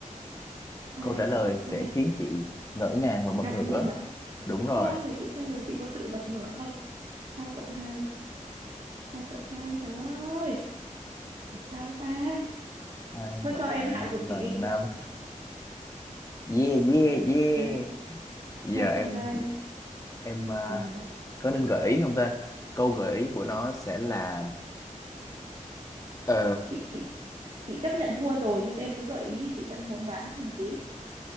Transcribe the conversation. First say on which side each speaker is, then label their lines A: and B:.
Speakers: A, on the right; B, on the left.
A: hai
B: Câu trả lời
A: cộng
B: sẽ
A: hai
B: khiến chị ngỡ ngàng và bật
A: ngạc
B: ngửa.
A: nhiên à
B: Đúng rồi.
A: khoan để chị xem rồi chị có tự bật ngửa không hai cộng hai hai cộng hai trời ơi là sao ta
B: Hai
A: thôi
B: cộng
A: cho em
B: hai
A: hạ gục
B: bằng
A: chị đi
B: năm. Yeah, yeah,
A: hai cộng
B: yeah.
A: hai
B: Giờ
A: hai
B: em
A: cộng hai
B: em à,
A: bằng năm
B: có nên gợi ý không ta? Câu gợi ý của nó sẽ là ờ,
A: chị chị chị chấp nhận thua rồi nhưng em cứ gợi ý thì chị vẫn muốn đoán thêm một tí